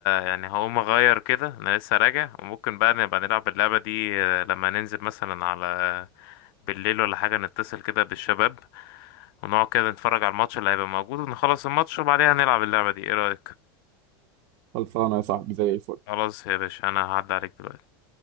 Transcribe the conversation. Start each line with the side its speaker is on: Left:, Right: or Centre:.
Left: يعني هقوم اغير كده انا لسه راجع وممكن بقى نبقى نلعب اللعبة دي آه، لما ننزل مثلا على بالليل ولا حاجة نتصل كده بالشباب ونقعد كده نتفرج على الماتش اللي هيبقى موجود ونخلص الماتش وبعدها نلعب اللعبة دي ايه رأيك
Right: خلصانة يا صاحبي زي الفل
Left: خلاص يا باشا انا هعدي عليك دلوقتي